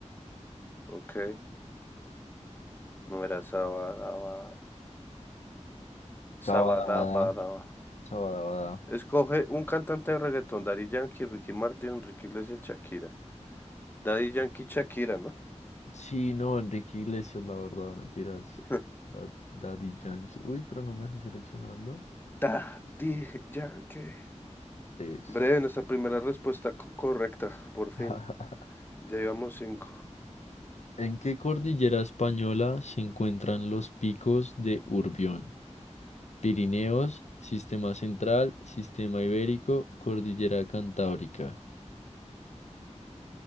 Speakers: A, on the left; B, on the left.
A: Ok. No era Sabadabadaba.
B: Sabadabada,
A: Sabadabadaba.
B: sabadabada.
A: Escoge un cantante de reggaetón. Daddy Yankee, Ricky Martin, Enrique Iglesias, Shakira. Daddy Yankee, Shakira, ¿no?
B: Sí, no, Enrique Iglesias, la verdad, mentiras.
A: <laughs>
B: Da- Daddy Yankee. Uy, pero no me deja seleccionarlo.
A: Daddy Yankee.
B: Exacto.
A: Breve, nuestra primera respuesta co- correcta. Por fin.
B: <laughs>
A: Ya llevamos cinco.
B: ¿En qué cordillera española se encuentran los picos de Urbión? Pirineos, Sistema Central, Sistema Ibérico, Cordillera Cantábrica.